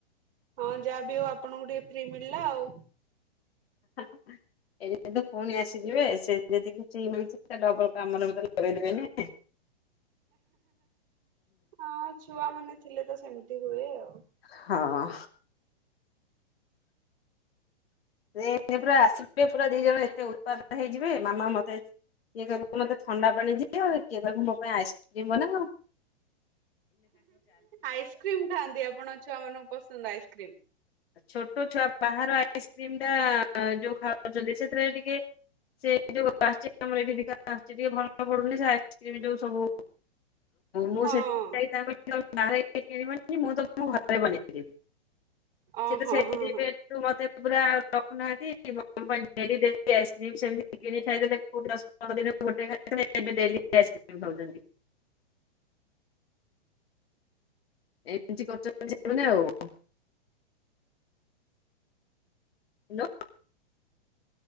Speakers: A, on the right; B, on the left.
A: ହଁ ଯାହା ବି ହୋଉ ଆପଣଙ୍କୁ ଟିକେ ଫ୍ରି ମିଳିଲା ଆଉ।
B: <inaudible> କିନ୍ତୁ ପୁଣି ଆସିଯିବେ ସେ ଯଦି କିଛି ମିଳିଛି ସେ ଡବଲ କାମରେ ଭି କରିଦେବେନି।
A: ଆଁ ଛୁଆ ମାନେ ଥିଲେ ତ ସେମିତି ହୁଏ ଆଉ।
B: ହଁ। ସେ ପୁରା ଆସିବେ ପୁରା ଦି ଜଣ ଏତେ ଉତ୍ପାଦ ହେଇଯିବେ ମାମା ମତେ କିଏ କହିବ ମତେ ଥଣ୍ଡା ପାଣି ଦି କିଏ କହିବୁ ମୋ ପାଇଁ ଆଇସ୍କ୍ରିମ ବନା ଅ।
A: ଆଇସ୍କ୍ରିମ ଖାଆନ୍ତି ଆପଣ ଛୁଆ ମାନଙ୍କୁ ପସନ୍ଦ ଆଇସ୍କ୍ରି।
B: ଛୋଟ ଛୁଆ ବାହାର ଆଇସ୍କ୍ରିମ ଟା ଯୋଉ ଖାଉଛନ୍ତି ସେଥିରେ ଟିକେ ସେ ଯୋଉଠିାିକେ ଭଲ ପଡୁନି ସେ ଆଇସ୍କ୍ରିମ ଯୋଉ। ମୁଁ
A: ହଁ।
B: ସେଥିପାଇଁ <unintelligible> ଯାଇ ମୁଁ ମୁଁ ଘରେ ବନେଇକି ଦେବି।
A: ଅ
B: ସେ ତ
A: ହଁ
B: ସେଇ
A: ହଁ
B: ଯିବୁ
A: ହଁ
B: ମତେ। ପ ରଖୁନାହାନ୍ତି କି ଖାଇଲେ ଦଶ ପନ୍ଦ ଦିନ ଗୋଟେ ଖାଇ ଏ ଡାଉ <inaudible> ଏମତି କରୁଛନ୍ତି ସେମାନେ ଆଉ। Hello